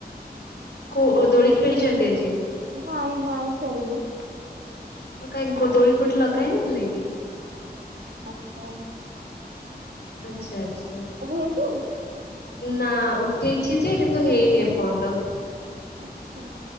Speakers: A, on the left (about 75°); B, on the right (about 75°).
A: <inaudible> କୋଉ ଦୋଳି? ଖେଳିଛନ୍ତି ଆଜି?
B: ନାଇଁ ନାଇଁ ଖେଳିନୁ।
A: ଓ କାଇଁ ଦୋଳି <inaudible> ଲଗା ହେଇନଥିଲା କି?
B: ଆଛା
A: ଆଚ୍ଛା ଆଚ୍ଛା
B: ହେଇଛି?
A: ନାଁ ଉ ହେଇଛି ଯେ କିନ୍ତୁ ହେଇନି ଏପର୍ଯ୍ୟନ୍ତ।
B: ଆଛା